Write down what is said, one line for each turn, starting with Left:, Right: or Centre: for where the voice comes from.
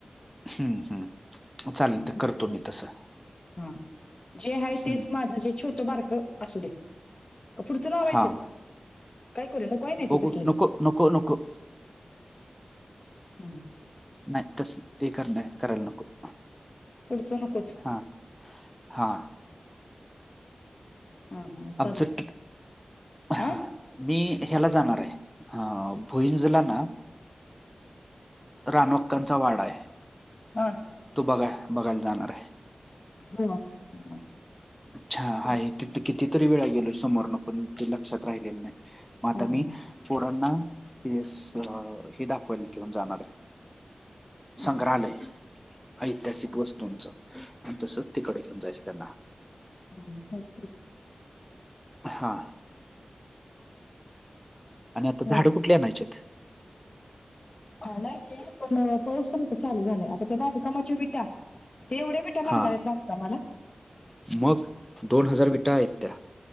Centre: हम्म, हम्म. चालेल तर
Left: पुढचं
Centre: करतो
Left: काय?
Centre: मी तसं
Left: हा जे आहे
Centre: हम्म.
Left: तेच माझं जे छोटं बारक असू दे. का पुढचं लावायचं
Centre: हा
Left: काय करूया नकोय नाहीती
Centre: बघू
Left: तसल.
Centre: नको नको नको
Left: हम्
Centre: नाही तस त कर करायला नको.
Left: पुढचं नकोच.
Centre: आ हा.
Left: हां चाल
Centre: आमचं ट हां,
Left: आ
Centre: मी ह्याला जाणार आहे अ भुईंजला ना रानोक्कांचा वाडा आहे.
Left: हा.
Centre: तू बघा बघायला जाणार आहे
Left: जेवा. हा,
Centre: अच्छा
Left: चल.
Centre: आहे ती कितीतरी वेळा गेलो समोरन पण ते लक्षात राहिले नाही मग आता
Left: हा, हा,
Centre: मी पोरांना तेस हे दाखवाल घेऊन जाणार आहे. संग्रहालय
Left: हा, हा,
Centre: ऐतिहासिक
Left: चल.
Centre: वस्तूंचं आणि तसच तिकडे घेऊन जायचं त्यांना.
Left: हम्म चालतय.
Centre: हा आणि आता
Left: चालतंय.
Centre: झाड कुठली आणायचेत?
Left: आनायचे पण पाऊस पण चालू झालाय आता ते बांधकामाचे विटा ते एवढे विट त्या लागणार
Centre: हां,
Left: आहेत बांधकामाला?
Centre: मग दोन हजार विटा आहेत त्या.